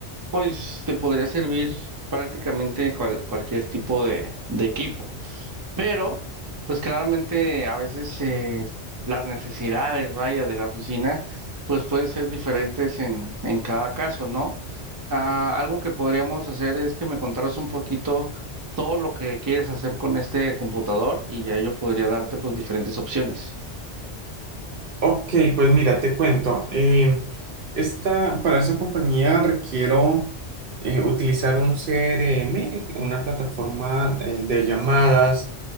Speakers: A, on the right; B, on the right.
A: pues te podría servir prácticamente cual- cualquier tipo de, de equipo. Pero, pues claramente a veces eh, las necesidades, vaya, de la oficina, pues pueden ser diferentes en, en cada caso, ¿no? Ah, algo que podríamos hacer es que me contaras un poquito todo lo que quieres hacer con este computador y ya yo podría darte pues diferentes opciones.
B: Ok, pues mira, te cuento. eh, esta, para esa compañía requiero eh, utilizar un CRM, una plataforma eh, de llamadas